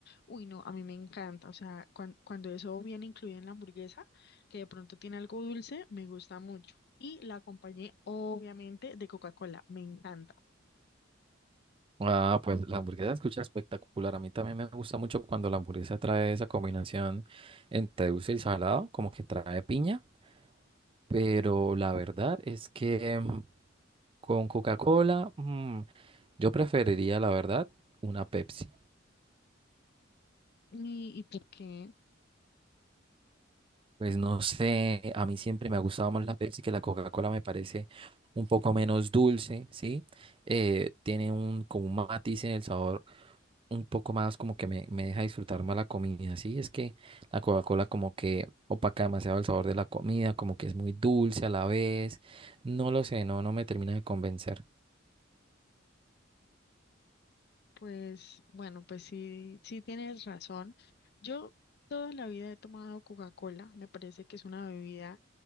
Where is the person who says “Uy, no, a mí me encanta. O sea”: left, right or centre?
Left